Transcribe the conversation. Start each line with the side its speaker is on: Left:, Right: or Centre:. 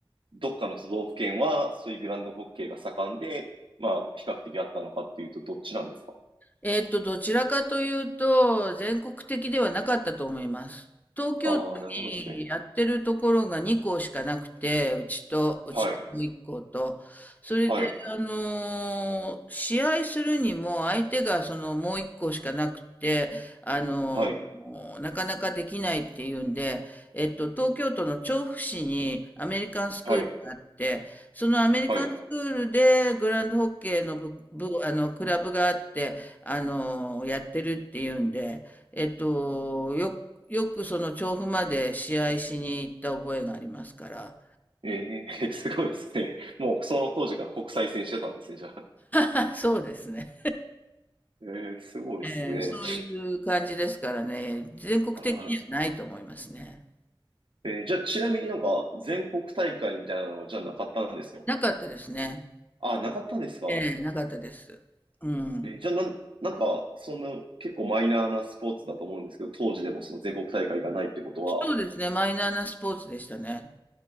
Right: どっかの都道府県は、そういうグラウンドホッケーが盛んで、まあ、比較的あったのかっていうと、どっちなんですか
Left: えっと、どちらかというと、全国的ではなかったと思います。東京都にやってるところが2校しかなくて、
Right: ああ、なるほどですね。
Left: うちと、うちの1校と。
Right: はい、
Left: それで、
Right: はい、
Left: あのー試合するにも相手がそのもう1校しかなくて、あのー
Right: はい、
Left: なかなかできないっていうんで、えっと、東京都の調布市にアメリカンスクールがあって、
Right: はい、
Left: そのアメリカンスクールでグランドホッケーの部、
Right: はい。
Left: 部、あの、クラブがあって、あの、やってるっていうんで、えっと、よ、よくその調布まで試合しに行った覚えがありますから。
Right: ええ <laughs> すごいですね。もうその当時から国際線してたんですね、じゃあ。
Left: あ <laughs> そうですね。
Right: ええすごいですね。
Left: えーそういう感じですからね、全国的にはないと思いますね。
Right: はい。えーじゃあ、ちなみになんか全国大会みたいなのはじゃあなかったんですか
Left: なかったですね。
Right: あ、なかったんですか
Left: ええなかったです。うん。
Right: えーじゃあ、なん、なんか、そんな結構マイナーなスポーツだと思うんですけど、当時でもその全国大会がないってことは、
Left: そうですね、マイナーなスポーツでしたね。